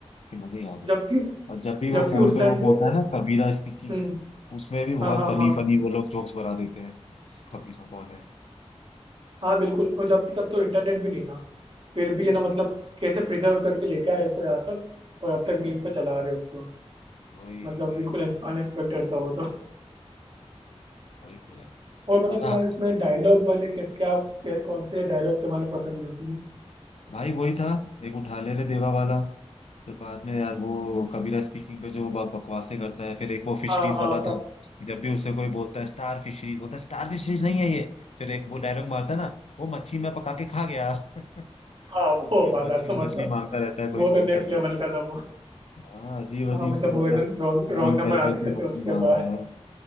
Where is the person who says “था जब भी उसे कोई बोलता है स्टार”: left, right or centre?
Left